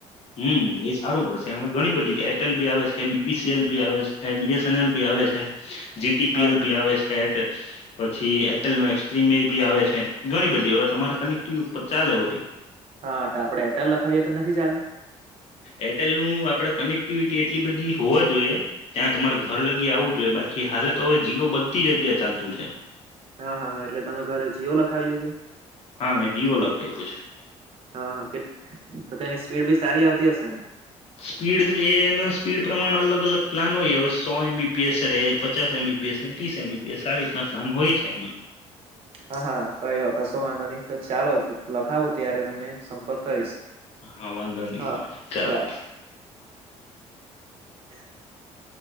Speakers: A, on the left; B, on the right.
A: હમ, એ સારું પડશે એમાં ઘણી બધી એરટેલ ભી આવે છે બીપીસીએલ ભી આવે છે બીએસ એન એલ ભી આવે છે જીટીપીએલ
B: હા
A: બી આવે છેઠ પછી એટેલ ન ત્રિમેદી બી આવે છે ઘણી બધી એવા તમારા કનેક્ટિવ ઉપર ચાલે ભરી
B: હા, આપડે એરટેલ લખાવીએ તો નથી ચાલે?
A: એરટેલ નું આપડે કનેક્ટ એક્ટિવિટી એટલી બધી હોવા જોઈએ, ત્યાં તમારે ઘર લગી આવવું જોઈએ બાકી હાલ તો હવે જીવ બધી જગ્યા ચાલતું છે
B: હા, હા, હા, એટલે તમે ઘરે જીઓ લખાવીલે છે
A: હા, મેં જીવો લખાવ્યો છે
B: હા, હા, તો તેની સ્પીડ ભી સારી આવતી હશે ને
A: સ્પીડ તો એ ના સ્પીડ પ્રમાણ અલગ અલગ પ્લાન હોયહવે સો એમબીપીએસ, પચાસ એમબીપીએસ ને ત્રીસ એમબીપીએસ આ રીતના પ્લાન હોય છે એમાં
B: હા, હા, કઈ વ કશો વાંધો નહી તો ચાલો લખાવું ત્યારે તમને સંપર્ક કરીશ
A: હા, વાંધો નહી
B: હા
A: ચાલો
B: ચાલ <inaudible>